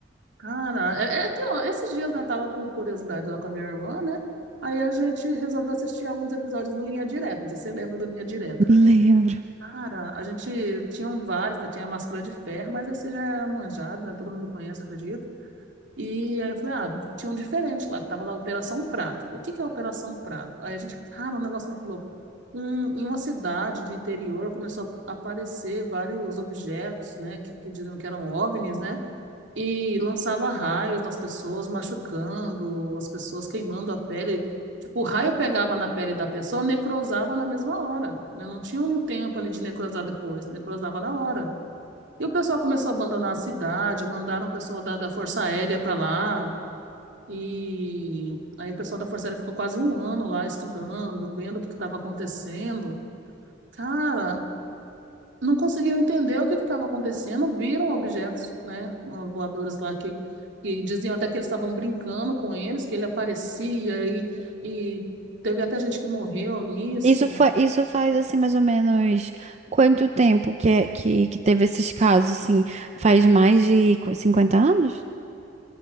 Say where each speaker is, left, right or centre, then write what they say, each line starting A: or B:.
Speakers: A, on the right; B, on the right.
A: Cara, é, é que ó, esses dias né, eu tava com curiosidade lá com a minha irmã, né? Aí a gente resolveu assistir alguns episódios do Linha Direta. Não sei se você lembra do Linha Direta.
B: lembro.
A: Cara, a gente tinha vários, né? Tinha a máscara de ferro, mas esse já é manjado, né? Todo mundo conhece, acredito. E aí eu falei, ah, tinha um diferente lá, que tava lá Operação Prato. O que que é Operação Prato? Aí a gente, cara, um negócio muito louco. Um, em uma cidade de interior começou a aparecer vários objetos, né? Que, que diziam que eram OVNIs, né? e lançava raios nas pessoas, machucando as pessoas, queimando a pele. Tipo, o raio pegava na pele da pessoa, necrosava na mesma hora, né? Não tinha um tempo ali de necrosar depois, necrosava na hora. E o pessoal começou a abandonar a cidade, mandaram o pessoal da, da Força Aérea para lá. E aí o pessoal da Força Aérea ficou quase um ano lá estudando, vendo o que estava acontecendo. Cara, não conseguiram entender o que estava acontecendo, viram objetos, né, voadores lá que, que diziam até que eles estavam brincando com eles, que ele aparecia e, e teve até gente que morreu nisso.
B: Isso foi, isso faz assim mais ou menos quanto tempo que, é- que, que teve esses casos, assim? Faz mais de qu- 50 anos?